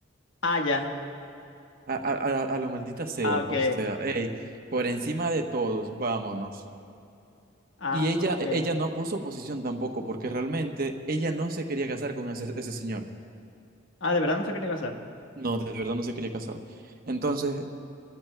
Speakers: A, on the left; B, on the right.
A: Ah, ya.
B: A, a, a, a lo maldita sea,
A: Ah, ok.
B: o sea, hey, por encima de todos, vámonos.
A: Ah,
B: Y ella,
A: ok.
B: e, ella no puso oposición tampoco, porque realmente ella no se quería casar con ese, ese señor.
A: Ah, de verdad no se quería casar.
B: No, de verdad no se quería casar. Entonces,